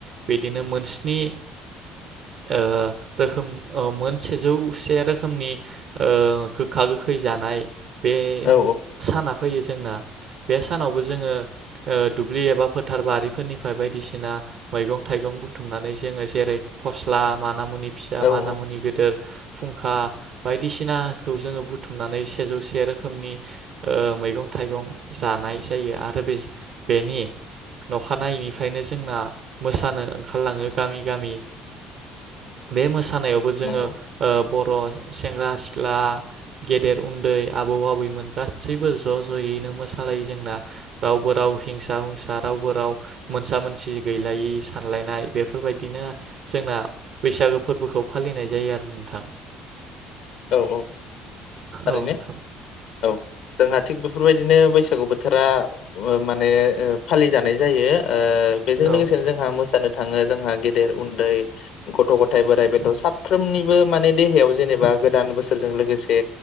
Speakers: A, on the right; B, on the left.
A: बिदिनो मोनस्नि ओ रोखोम औ मोन सेजौसे रोखोमनि गोखा गोखै जानाय बे
B: औ
A: साना फैयो। बे सानावबो जोङो ओ दुब्लि एबा फोथार बारिफोरनिफ्राय बायदिसिना मैगं थाइगं बुथुमनानै जोङो जेरै फस्ला माना मुनि फिसा
B: औ
A: माना मुनि गोदोर फुंखा बायदिसिनाखौ जोङो बुथुमनानै सेजौ से रोखोमनि ओ मैगं थाइगं जानाय जायो आरो बेजो बेनि नखानायैनिफ्रायनो जोंना मोसानो ओंखारलाङो गामि गामि। बे मोसानायावबो जोङो
B: नंगौ
A: ओ बर' सेंग्रा सिख्ला गेदेर उन्दै आबौ आबैमोन गासैबो ज' ज'यैनो मोसालायो जोंना। रावबो राव हिंसा हुंसा रावबो राव मोनसा मोनसि गैलायै सानलायनाय बेफोरबायदिनो जोंना बैसागो फोरबोखौ फालिनाय जायो आरो नोंथां।
B: औ औ ओरैनो
A: औ नोंथां
B: औ। जोंहा थिग बेफोरबायदिनो बैसागु बोथोरा ओ माने ओ फालिजानाय जायो। ओ बेजों लोगोसेनो
A: औ
B: जोंहा मोसानो थाङो जोंहा गेदेर उन्दै गथ' गथाय बोराइ बेन्थ' साफ्रोमनिबो माने देहायाव जेनेबा गोदान बोसोरजों लोगोसे